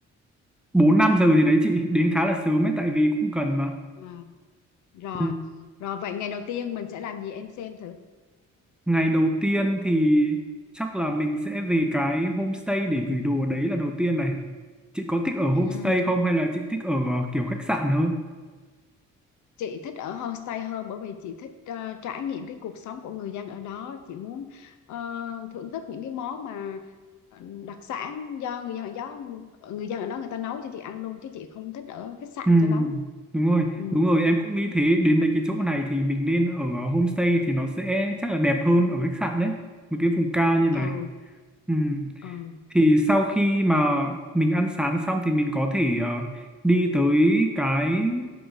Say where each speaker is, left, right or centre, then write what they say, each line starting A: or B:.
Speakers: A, in the centre; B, on the left.
A: 4 5 giờ gì đấy chị đến khá là sớm ấy tại vì cũng gần mà.
B: à, rồi
A: Ừ.
B: rồi vậy ngày đầu tiên mình sẽ làm gì em xem thử
A: Ngày đầu tiên thì chắc là mình sẽ về cái homestay để gửi đồ đấy là đầu tiên này. Chị có thích ở homestay
B: ừ
A: không hay là chị thích ở ờ, kiểu khách sạn hơn?
B: chị thích ở homestay hơn bởi vì chị thích ờ, trải nghiệm cái cuộc sống của người dân ở đó chị muốn ờ, thưởng thức những cái món mà ờ, đặc sản do người dân ở đó người dân ở đó người ta nấu cho chị ăn luôn chứ chị không thích ở khách sạn
A: Ừ,
B: cho lắm
A: đúng rồi,
B: ừ
A: đúng rồi, em cũng nghĩ thế, đến mấy cái chỗ này thì mình nên ở ờ, homestay thì nó sẽ chắc là đẹp hơn ở khách sạn đấy, một cái vùng cao như này.
B: ừ
A: Ừ.
B: ừ
A: thì sau khi mà mình ăn sáng xong thì mình có thể ờ, đi tới cái